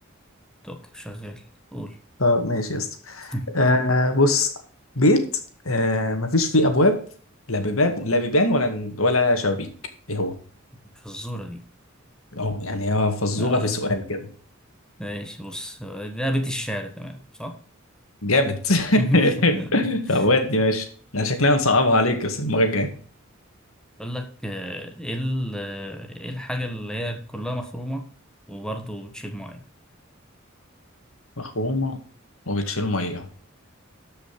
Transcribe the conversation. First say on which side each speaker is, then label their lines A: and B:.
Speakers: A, in the centre; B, on the left.
A: توك شغال قول
B: طب ماشي يا اسطى
A: <laughs>
B: آه بص بيت آه مفيش فيه أبواب لا بيبان لا بيبان ولا ولا شبابيك ايه هو؟
A: في الزورة دي
B: اه يعني هي فزورة
A: <laughs>
B: في سؤال كده
A: ماشي بص لعبة الشعر تمام صح؟
B: جامد
A: <laughs>
B: <laughs> طب ودي ماشي انا شكلها هنصعبها عليك بس المرة الجاية
A: أقول لك آه، إيه ال- آه، إيه الحاجة اللي هي كلها مخرومة وبرضه بتشيل مية
B: مخرومة وبتشيل مية